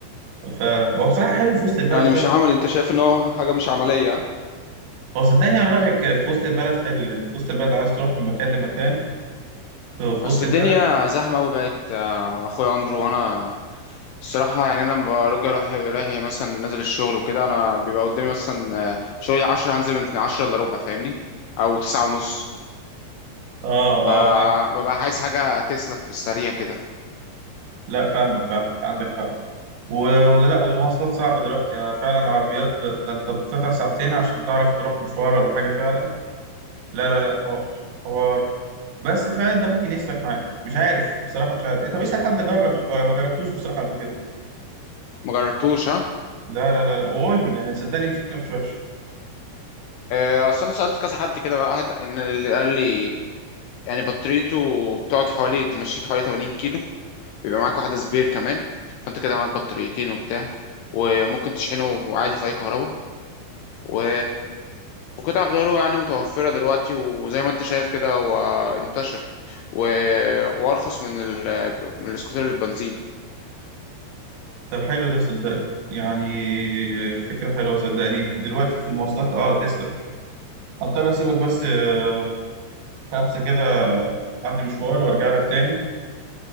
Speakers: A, on the right; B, on the left.
A: ف- فهو بصراحه حلو في وسط البلد
B: يعني
A: فعلا
B: مش عمل
A: زي ما
B: انت
A: انت بتقول.
B: شايف ان هو حاجه مش عمليه ها؟
A: هو صدقني على رايك في وسط البلد حلو يعني في وسط البلد عايز تروح من مكان لمكان في
B: اصل
A: وسط البلد
B: الدنيا زحمه قوي بقت آه، اخويا اندرو وانا الصراحه يعني انا لما برجع رايح رايح مثلا نازل الشغل وكده انا بيبقى قدامي مثلا آه، شغلي 10 هنزل من 10 الا ربع فاهمني او 9 ونص
A: اه
B: فببقى
A: اه فاهم
B: عايز حاجه تسلك في السريع كده
A: لا فاهمك فاهمك عندك حق و- ولا والمواصلات صعبه دلوقتي يعني فعلا العربيات ده ده انت بتطلع ساعتين عشان تعرف تروح مشوار ولا حاجه فعلا لا لا لا حوار حوار بس فعلا ده ممكن يسلك معاك مش عارف بصراحة مش عارف إيه، طب اسأل حد جرب الحوار أنا ما جربتوش بصراحة قبل كده
B: ما جربتوش ها
A: لا لا لا لا وقول لي يعني صدقني الفكرة مش وحشة
B: آه، اصل انا سالت كذا حد كده بقى واحد ان اللي قال لي يعني بطاريته بتقعد حوالي تمشيك حوالي 80 كيلو بيبقى معاك واحدة سبير كمان فانت كده معاك بطاريتين وبتاع وممكن تشحنه عادي في اي كهرباء و وقطع غيره يعني متوفرة دلوقتي وزي ما انت شايف كده هو انتشر و... وارخص من ال... من السكوتر اللي بنزين
A: طب حلو ده صدقني يعني فكرة حلوة صدقني دلوقتي في المواصلات اه تسلك هضطر اسيبك بس آه، خمسة كده عندي مشوار وارجع لك تاني